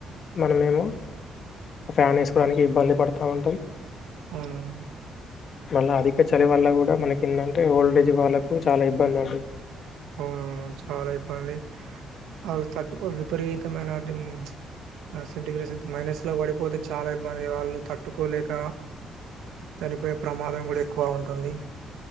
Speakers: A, on the left; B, on the right.
A: మనమేమో ఫ్యాన్ ఎసుకోవడానికి ఇబ్బంది పడుతా ఉంటాం.
B: అవునా
A: మళ్ళ అధిక చలి వల్ల కూడా మనకి ఏంటంటే. ఓల్డేజ్ వాళ్ళకు చాలా ఇబ్బంది అండి.
B: అవునవును చాలా ఇబ్బంది. అల్ తట్టుకో విపరీతమైనదిం. ప్చ్ ఆ సెంటిగ్రిస్ మైనస్ లో పడిపోతే చాలా ఇబ్బందిగా. వాళ్ళు తట్టుకోలేక చనిపోయే ప్రమాదం గూడా ఎక్కువ ఉంటుంది.